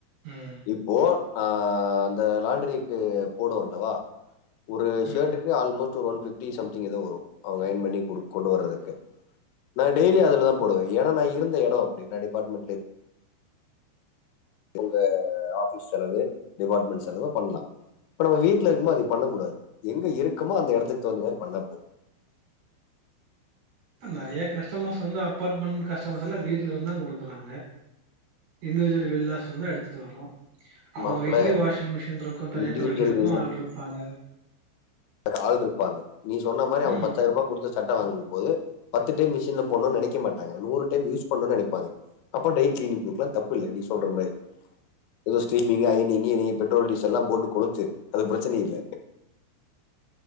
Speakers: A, on the right (about 55°); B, on the left (about 80°).
A: ம்
B: இப்போ நா அந்த லாணடரிக்கு போடுவஅல்லவா ஒரு
A: ம்
B: ஷர்ட்டுக்கு அல்மோஸ்ட் ஒன் பிஃப்டி சம்திங் ஏதோ வரு அவுங்க அயன் பண்ணி குடுக் கொண்டு வர்றதுக்கு நா டெய்லி அதுல தா போடுவே ஏனா நா இருந்த எடோ அப்படி நா டிபார்ட்மெண்ட்லே ஒங்க ஆஃபிஸ் செலவு டிபார்ட்மெண்ட் செலவு பண்லா ப்ப நம்ம வீட்ல இருக்கு மோது பண்ண கூடாது எங்க இருக்கமோ அந்த எடத்துக் தவுந்த மேரி பண்ணா போது
A: நறைய கஸ்டமர்ஸ் வந்து அப்பார்ட்மெண் கஸ்டமர்ஸ் எல்லா வீட்ல இருந்தா குடுக்குறாங்க இண்டிஜுவல் வில்லாஸ் லந்து எடுத்துட் வரு அவுங்க
B: மாப்பிள்ள
A: வீட்லே வாஷிங் மிஷின் ருக்கு தனிய
B: இண்டிவிஜுவல்
A: தொவிக்கரக்கு ஆள்ருப்பாங்க
B: அதுக் ஆல்ருப்பாங்க நீ சொன்னா மாரி அவுங்
A: ம்
B: பத்தாயிர்ருபா குட்த்து சட்ட வாங்கு போது பத்து டெம் மிஷின்ல போன்னுன் நெனைக்க மாட்டாங்க நூறு டைம் யூஸ் பண்ணோனு நெனைப்பாங்க அப்ப டைக்கிளக்குல்லா தப்பு இல்ல நீ சொல்ற மரி எதோ ஸ்டீமிங்க் ஐனிங்கு இ பெட்ரோல் டீசல்லா போட்டுக் கொளுத்து அது பிரச்சனை இல்ல